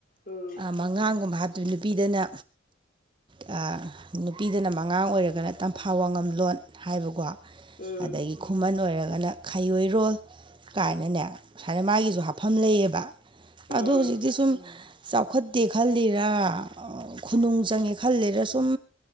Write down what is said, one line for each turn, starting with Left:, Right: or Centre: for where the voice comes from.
Left: ꯎꯝ
Right: ꯃꯉꯥꯡꯒꯨꯝꯕ ꯍꯥꯝꯇꯣꯏ ꯅꯨꯄꯤꯗꯅ ꯑ ꯅꯨꯄꯤꯗꯅ ꯃꯉꯥꯡ ꯑꯣꯏꯔꯒꯅ ꯇꯝꯐꯥ ꯋꯥꯉꯝꯂꯣꯟ ꯍꯥꯏꯕꯀꯣ
Left: ꯎꯝ
Right: ꯑꯗꯒꯤ ꯈꯨꯃꯟ ꯑꯣꯏꯔꯒꯅ ꯈꯥꯏꯌꯣꯔꯣꯜ ꯀꯥꯏꯅꯅꯦ ꯁꯥꯏꯅ ꯃꯥꯒꯤꯖꯨ ꯍꯥꯞꯐꯝ ꯂꯩꯌꯦꯕ
Left: ꯎꯝ
Right: ꯑꯗꯨ ꯍꯧꯖꯤꯛꯇꯤ ꯁꯨꯝ ꯆꯥꯎꯈꯠꯇꯦ ꯈꯜꯂꯤꯔꯥ ꯈꯨꯅꯨꯡ ꯆꯪꯉꯦ ꯈꯜꯂꯤꯔꯥ ꯁꯨꯝ